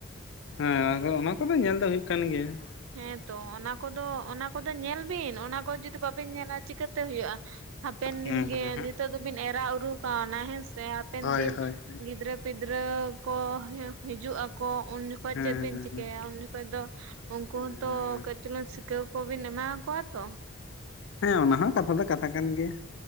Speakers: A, on the left; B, on the right.
A: ᱦᱮᱸ ᱟᱫᱚ ᱚᱱᱟ ᱠᱚᱫᱚ ᱧᱮᱞ ᱫᱚ ᱦᱩᱭᱩᱜ ᱠᱟᱱ ᱜᱮᱭᱟ
B: ᱦᱮᱸᱛᱚ ᱚᱱᱟ ᱠᱚᱫᱚ ᱚᱱᱟ ᱠᱚᱫᱚ ᱧᱮᱞ ᱵᱤᱱ ᱚᱱᱟ ᱠᱚ ᱡᱩᱫᱤ ᱵᱟᱵᱤᱱ ᱧᱮᱞᱟ ᱪᱤᱠᱟᱹᱛᱮ ᱦᱩᱭᱩᱜᱼᱟ ᱦᱟᱯᱮᱱ
A: ᱦᱮᱸ
B: ᱫᱤᱱ ᱜᱮ
A: ᱦᱮᱸ
B: ᱱᱤᱛᱚᱜ ᱫᱚᱵᱤᱱ ᱮᱨᱟ ᱩᱨᱩ ᱠᱟᱣᱱᱟ ᱦᱮᱸᱥᱮ ᱦᱟᱯᱮᱱ
A: ᱦᱳᱭ
B: ᱫᱤᱱ
A: ᱦᱳᱭ ᱦᱮᱸ
B: ᱜᱤᱫᱽᱨᱟᱹ ᱯᱤᱫᱽᱨᱟᱹ ᱠᱚ ᱦᱤᱡᱩᱜ ᱟᱠᱚ ᱩᱱ ᱡᱚᱠᱷᱚᱡ
A: ᱦᱮᱸ
B: ᱪᱮᱫ ᱵᱤᱱ ᱪᱤᱠᱟᱹᱭᱟ ᱩᱱ ᱡᱚᱠᱷᱚᱡ ᱫᱚ ᱩᱱᱠᱩ
A: ᱦᱮᱸ
B: ᱦᱚᱸᱛᱚ ᱠᱟᱹᱡ ᱪᱩᱞᱩᱝ ᱥᱤᱠᱟᱹᱣ ᱠᱚᱵᱤᱱ ᱮᱢᱟ ᱠᱚᱣᱟ ᱛᱚ
A: ᱦᱮᱸ ᱚᱱᱟ ᱦᱚᱸ ᱠᱟᱛᱷᱟ ᱫᱚ ᱠᱟᱛᱷᱟ ᱠᱟᱱ ᱜᱮᱭᱟ